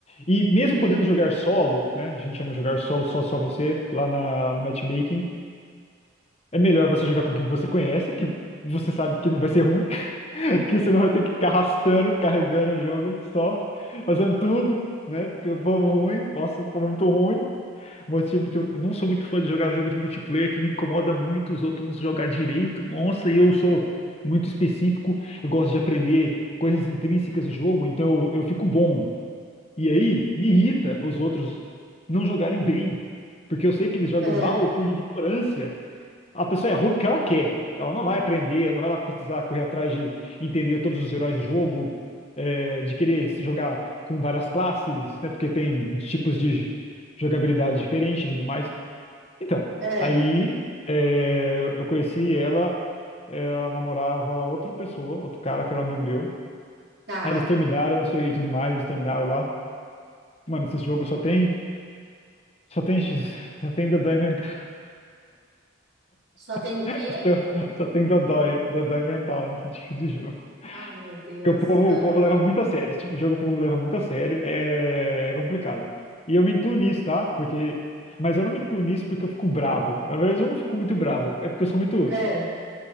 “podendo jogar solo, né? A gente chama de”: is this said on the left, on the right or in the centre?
Left